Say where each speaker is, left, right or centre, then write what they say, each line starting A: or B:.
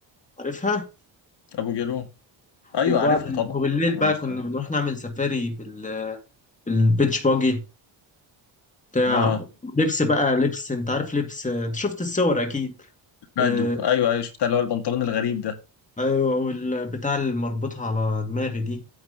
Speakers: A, on the left; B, on the left.
A: عارفها
B: ابو جالوم ايوه
A: وبعد
B: عارفها طبعا
A: وبالليل
B: آه،
A: بقى
B: مش
A: كنا
B: عارف
A: بنروح نعمل سفاري بال... بالبيتش باجي بتاع
B: اه
A: لبس بقى لبس انت عارف لبس انت شفت الصور اكيد
B: بدو
A: آه،
B: ايوه ايوه شفتها اللي هو البنطلون الغريب ده
A: ايوه والبتاع اللي مربوطها على دماغي دي